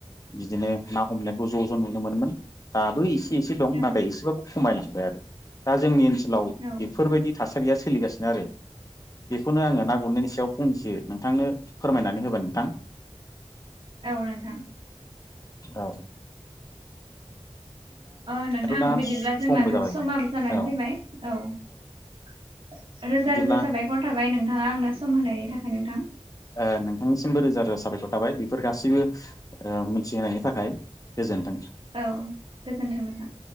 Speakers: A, on the left; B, on the right.
A: बिदिनो ना हमनायखौ ज ज नुनो मोनोमोन। दाबो एसे एसे दं
B: औ
A: नाथाय एसेबाबो खमायलांबाय आरो दा जोंनि ओनसोल सोलाव
B: औ
A: बेफोर बायदि थासारिया सोलिगासिनो आरो। बेखौनो आङो ना गुरनायनि सायाव फंनैसो नोंथांनो फोरमायनानै होबाय नोंथां।
B: औ नोंथां।
A: औ।
B: अ नोंथां
A: दा
B: बिदिब्ला जोंनाथ
A: समबो जाबायमोन
B: समाबो जानानै
A: औ
B: फैबाय औ। रोजा
A: बिदिब्ला
B: रोजा साबायखर थाबाय नोंथाङा आंनो सम होनायनि थाखाय नोंथां।
A: ओ नोंथांनिसिमबो रोजा रोजा साबायखर थाबाय बेफोर गासैबो ओ मिथिहोनायनि थाखाय। गोजोन्थों।
B: औ गोजोन्थों नोंथां।